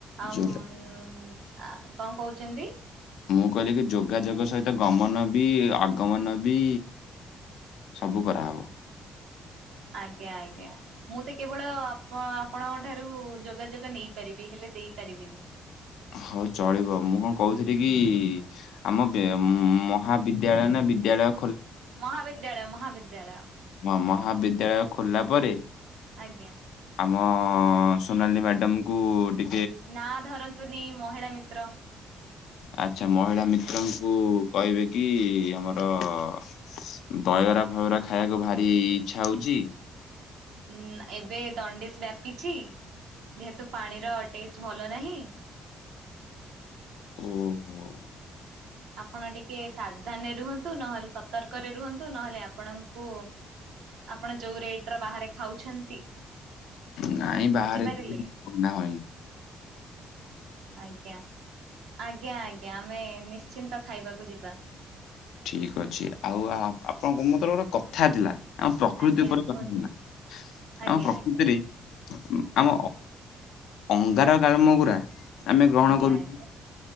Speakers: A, on the right (about 80°); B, on the left (about 85°).
A: ଆଉ
B: ଯୋଉ
A: ମୁ, ଉଁ, ଆ, କଣ କହୁଚନ୍ତି?
B: ମୁଁ କହିଲି କି ଯୋଗାଯୋଗ ସହିତ ଗମନ ବି, ଆଗମନ ବି ସବୁ କରାହବ।
A: ଆଜ୍ଞା, ଆଜ୍ଞା ମୁଁ ତ କେବଳ ଆପ ଆପଣଙ୍କ ଠାରୁ ଯୋଗାଯୋଗ ନେଇପାରିବି। ହେଲେ ଦେଇପାରିବିିନି।
B: ହଉ ଚଳିବ ମୁଁ କଣ କହୁଥିଲି କି ଆମ ବେ- ମହାବିଦ୍ୟାଳୟ ନା ବିଦ୍ୟାଳୟ
A: ମହାବିଦ୍ୟାଳୟ, ମହାବିଦ୍ୟାଳୟ।
B: ମ-ମହାବିଦ୍ୟାଳୟ ଖୋଲିଲା ପରେ
A: ଆଜ୍ଞା।
B: ଆମ ସୋନାଲି ମ୍ୟାଡ଼ାମ୍ କୁ ଟି
A: ନା ଧରନ୍ତୁନି ମହିଳା ମିତ୍ର।
B: ଆଚ୍ଛା ମହିଳା ମିତ୍ରଙ୍କୁ କହିବେ କି ଆମର ଦ ଦହିବରା ଫହିବରା ଖାଇବାକୁ ଭାରି ଇଚ୍ଛା ହଉଚି।
A: ଉଁ, ଏବେ ଦଣ୍ଡିସ୍ ବ୍ୟାପିଛି, ଯେହେତୁ ପାଣିର ଟେଷ୍ଟ ଭଲ ନାହିଁ।
B: ଓହୋ!
A: ଆପଣ ଟିକେ ସାବଧାନରେ ରୁହନ୍ତୁ। ନହେଲେ ସତର୍କରେ ରୁହନ୍ତୁ। ନହେଲେ ଆପଣଙ୍କୁ ଆପଣ ଯୋଉ ରେଟ୍ ର ବାହାରେ ଖାଉଛନ୍ତି
B: ନାଇଁ ବାହାରେ
A: ବୁଝିପାରିଲେ
B: <unintelligible>
A: ଆଜ୍ଞା, ଆଜ୍ଞା, ଆଜ୍ଞା, ଆମେ ନିଶ୍ ଚିନ୍ତ ଖାଇବାକୁ ଯିବା।
B: ଠିକ ଅଛି ଆଉ ଆ, ଆପଣଙ୍କୁ ମୁଁ ତୋର ଗୋଟେ କଥା ଥିଲା। ଆମ ପ୍ରକୃତି
A: ଆଜ୍ଞା
B: ଉପରେ
A: କୁହନ୍ତୁ
B: କଥା ଥିଲା।
A: ଆଜ୍ଞା
B: ଆମ ପ୍ରକୃତିରେ
A: ଆଜ୍ଞା ଆଜ୍ଞା
B: ଆମ ଅଙ୍ଗାରକାମ୍ଳ <inaudible>
A: ଆଜ୍ଞା
B: କରୁଛୁ
A: ଆଜ୍ଞା